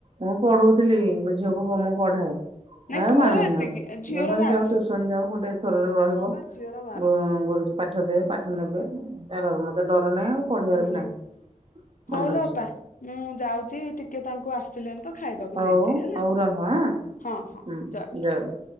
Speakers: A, on the right; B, on the left.
A: ମୁଁ ପଢଉଥିଲି ମୋ ଝିଅକୁ ମୁଁ ମୁଁ ପଢ଼ାଏ।
B: ନାଇଁ
A: ଆଉ
B: ପୁଅର
A: ମାନୁନି
B: ଏତିକି
A: ଆଉ
B: ଝିଅର
A: ମୁଁ କହିଲି
B: ବାରଶହ
A: ଯାଉ ଟ୍ୟୁସନ ଯାଉ ଗୋଟେ ଥରରେ ରହିବ
B: ହଁ ବା ଝିଅର ବାରଶହ
A: ଗୁ -ଗୁରୁଜୀ ପାଠ ଦେବେ ପାଠ ନେବେ ତାର ଡର ନାହିଁ ଆଉ ପଢିବାର
B: ହଁ
A: ବି ନାହିଁ। ମନ
B: ହଉ ଲ
A: ଇଚ୍ଛା
B: ଅପା ମୁଁ ଯାଉଛି ଟିକେ ତାଙ୍କୁ ଆସ ଆସିଲେଣି ତ ଖାଇବାକୁ
A: ହଉ
B: ଦେଇ ଦିଏ ହେଲା।
A: ହଉ ରହ ଆଁ
B: ହଁ ହଁ
A: ହୁଁ
B: ଜୟ ଗୁରୁ
A: ଯାଉ।